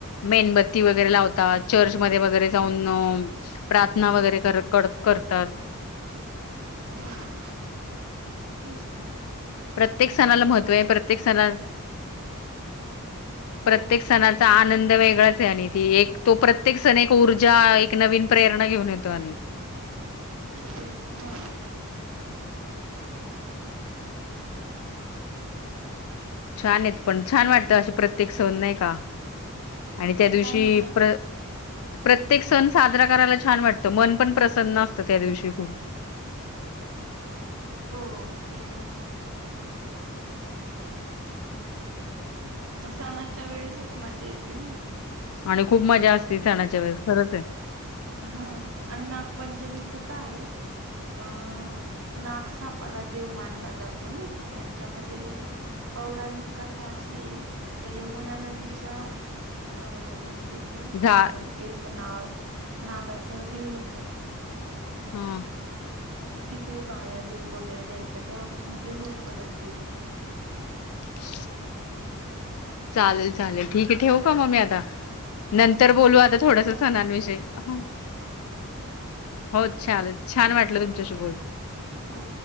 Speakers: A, on the left; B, on the right.
A: मेणबत्ती वगैरे लावतात. चर्चमध्ये वगैरे जाऊन प्रार्थना वगैरे कर करतात.
B: हम तेच तं.
A: प्रत्येक सणाला महत्त्व आहे. प्रत्येक सणा प्रत्येक
B: हो
A: सणाचा आनंद वेगळाच आहे. आणि ती एक तो प्रत्येक सण एक ऊर्जा एक नवीन प्रेरणा घेऊन येतो. आणि
B: तेच हा
A: छान आहेत पण. छान वाटतं असे प्रत्येक सन नाही का? आणि त्या दिवशी
B: काय म्हणता
A: प्र प्रत्येक सण साजरा करायला छान वाटतं. मन पण प्रसन्न असतं त्या दिवशी खूप.
B: हो ते पण आहे. सणाच्या वेळेसच मज्जा येते नाही का?
A: आणि खूप मजा असते. सणाच्या वेळेस खरच.
B: हा आणि नागपंचमीच काय अ नागसापाला देव मानला जातो नाही का त्याच्यामध्ये पौराणिक कथा अशी आहे यमुना नदीच्या अं तिथे
A: झा
B: अ एक ना नागाच बीळ होत.
A: हम.
B: तिथे बाया दूध वगैरे द्यायच्या तेव्हापासून ती रूढ पडत गेली.
A: <inaudible> चालेल चालेल ठीक आहे ठेवू का मग मी आता? नंतर बोलू आता
B: म्हटलं
A: थोडसा सणांविषयी. हो ल छान वाटलं तुमच्याशी बोल
B: हो.